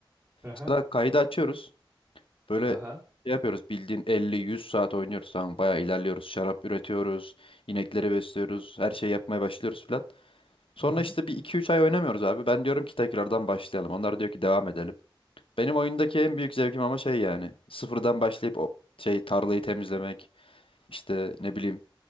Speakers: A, on the right (about 35°); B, on the left (about 80°).
A: Aha,
B: Mesela kaydı açıyoruz. Böyle
A: aha.
B: şey yapıyoruz bildiğin 50-100 saat oynuyoruz tamam bayağı ilerliyoruz. Şarap üretiyoruz. inekleri besliyoruz. Her şeyi yapmaya başlıyoruz falan. Sonra
A: Hı hı.
B: işte bir iki üç ay oynamıyoruz abi. Ben diyorum ki tekrardan başlayalım. Onlar diyor ki devam edelim. Benim oyundaki en büyük zevkim ama şey yani sıfırdan başlayıp o şey tarlayı temizlemek işte ne bileyim